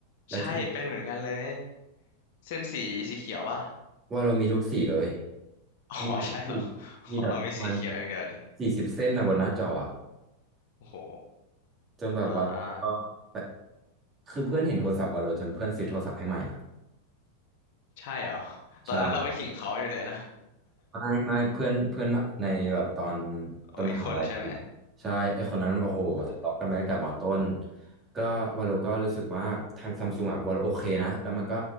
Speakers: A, on the right; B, on the left.
A: แล้วที่
B: ใช่เป็นเหมือนกันเลยเส้นสีสีเขียวป่ะ
A: ว่าเรามีทุกสีเลย
B: อ๋อใช่เหรอขอเรามีสีเขียวอย่างเดียวดิ
A: มีแบบสี่มีแบบประมาณสี่สิบเส้นนะบนหน้าจออ่ะ
B: โอ้โห
A: จนแบบว่าก็ไป
B: อ่า
A: คือเพื่อนเห็นโทรศัพท์วาโลจนเพื่อนซื้อโทรศัพท์ให้ใหม่อ่ะ
B: ใช่เหรอ
A: ใช่
B: ตอนนั้นเราไปขิงเขาอยู่เลยนะ
A: ไม่ไม่เพื่อนเพื่อนมาในแบบตอน
B: <laughs>
A: ตอนมหาลัย
B: อ๋ออีกคนใช่ไหม
A: ใช่ไอคนนั้นโอ้โหทะเลาะกันมาตั้งแต่มต้น
B: อ่า
A: ก็วาโลก็รู้สึกว่าทางซัมซุงอะวาโลโอเคนะแล้วมันก็